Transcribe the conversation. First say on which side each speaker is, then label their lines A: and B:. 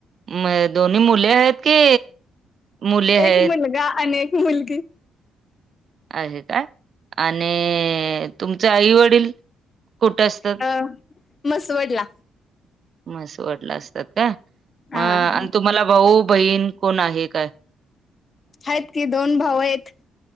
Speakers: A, on the right; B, on the left.
A: म दोन्ही मुले आहेत की मुली
B: एक
A: हायेत?
B: मुलगा अनि एक मुलगी.
A: आहे का, आणि तुमचे आई वडील कुठं असतात,
B: अ मसवडला
A: मसवाडला असतात का?
B: हा
A: म
B: हा
A: अन् तुम्हाला भाऊ बहीण कोण आहे काय?
B: आहेत की, दोन भाऊ आहेत,